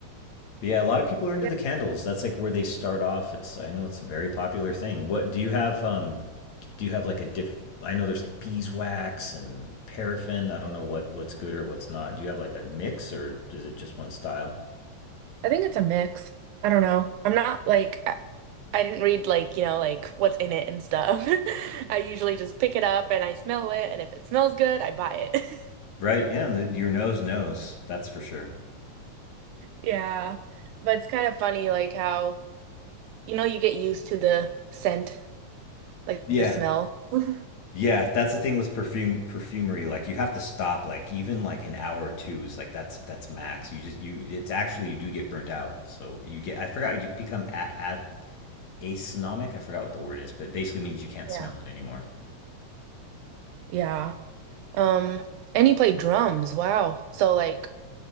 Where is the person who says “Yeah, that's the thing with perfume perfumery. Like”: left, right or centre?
Left